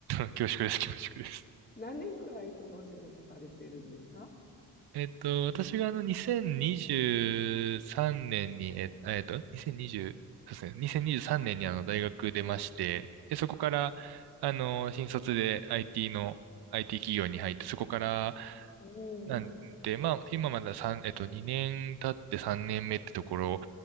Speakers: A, on the right (about 65°); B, on the left (about 25°).
A: <laughs> 恐縮です、恐縮です。
B: 何年くらいそのお仕事されてるんですか
A: えっと、私があの2023年にじゅうさんねんに、えっえっと、2020、そうですね、年にじゅうさんねんにあの大学出まして、で、そこから、あの、新卒で IT の、IT 企業に入って、そこから、
B: おお、
A: なんで、まあ、今まだ3、えっと、2年経って3年目ってところ